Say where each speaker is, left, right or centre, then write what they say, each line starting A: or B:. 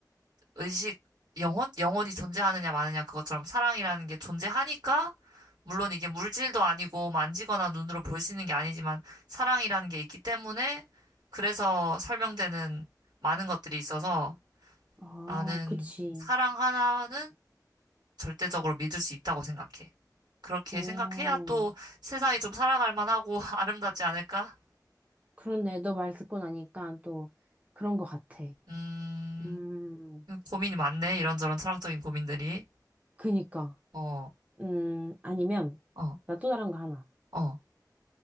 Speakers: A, on the right (about 75°); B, on the right (about 20°).
A: 의식, 영혼? 영혼이 존재하느냐 마느냐 그것처럼 사랑이라는 게 존재하니까 물론 이게 물질도 아니고 만지거나 눈으로 볼 수 있는 게 아니지만 사랑이라는 게 있기 때문에 그래서 설명되는 많은 것들이 있어서
B: 아,
A: 나는
B: 그치.
A: 사랑 하나는 절대적으로 믿을 수 있다고 생각해. 그렇게
B: 오,
A: 생각해야 또 세상이 좀 살아갈 만하고 <laughs> 아름답지 않을까?
B: 그렇네. 너 말 듣고 나니까 또 그런 것 같아.
A: 음,
B: 음,
A: 고민이 많네. 이런저런 철학적인 고민들이.
B: 그니까.
A: 어,
B: 음, 아니면,
A: 어,
B: 나 또 다른 거 하나.
A: 어.